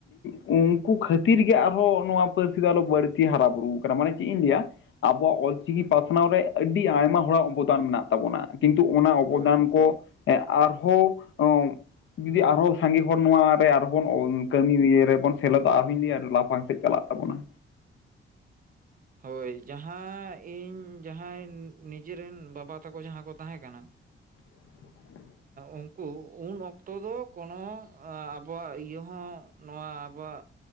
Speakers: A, on the left (about 70°); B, on the right (about 45°).
A: ᱩᱱᱠᱩ ᱠᱷᱟᱹᱛᱤᱨ ᱜᱮ ᱟᱵᱚ ᱱᱚᱣᱟ ᱯᱟᱹᱨᱥᱤ ᱫᱚ ᱟᱞᱚ ᱵᱟᱹᱲᱛᱤ ᱦᱟᱨᱟ ᱵᱩᱨᱩ ᱠᱟᱱᱟ ᱢᱟᱱᱮ ᱪᱮᱫ ᱤᱧ ᱞᱟᱹᱭᱟ? ᱟᱵᱚᱣᱟᱜ ᱚᱞᱪᱤᱠᱤ ᱯᱟᱥᱱᱟᱣ ᱨᱮ ᱟᱹᱰᱤ ᱟᱭᱢᱟ ᱦᱚᱲᱟᱜ ᱚᱵᱚᱫᱟᱱ ᱢᱮᱱᱟᱜ ᱛᱟᱵᱚᱱᱟ᱾ ᱠᱤᱱᱛᱩ ᱚᱱᱟ ᱚᱵᱚᱫᱟᱱ
B: ᱦᱳᱭ
A: ᱠᱚ᱾ ᱟᱨᱦᱚᱸ ᱡᱩᱫᱤ ᱟᱨᱦᱚᱸ ᱥᱟᱸᱜᱮ ᱦᱚᱲ ᱱᱚᱭᱟ ᱨᱮ ᱟᱨᱦᱚᱸ ᱵᱚᱱ᱾ ᱠᱟᱹᱢᱤ ᱤᱭᱟᱹ ᱨᱮᱵᱚᱱ ᱥᱮᱞᱮᱫᱚᱜ-ᱟ ᱟᱨᱦᱚᱧ ᱞᱮᱭᱟ ᱟᱹᱰᱤ ᱞᱟᱯᱷᱟᱝ ᱥᱮᱫ ᱪᱟᱞᱟᱜ ᱛᱟᱵᱚᱱᱟ᱾
B: ᱦᱳᱭ ᱡᱟᱦᱟᱸ ᱤᱧ ᱡᱟᱦᱟᱸᱭ ᱱᱤᱡᱮᱨᱮᱱ ᱵᱟᱵᱟ ᱛᱟᱠᱚ ᱡᱟᱦᱟᱸ ᱠᱚ ᱛᱟᱦᱮᱸ ᱠᱟᱱᱟ᱾
A: <inaudible>
B: ᱩᱱᱠᱩ ᱩᱱ ᱚᱠᱛᱚ ᱫᱚ ᱠᱚᱱᱚ ᱟᱵᱚᱣᱟᱜ ᱤᱭᱟᱹ ᱦᱚᱸ᱾ ᱱᱚᱣᱟ ᱟᱵᱚᱣᱟᱜ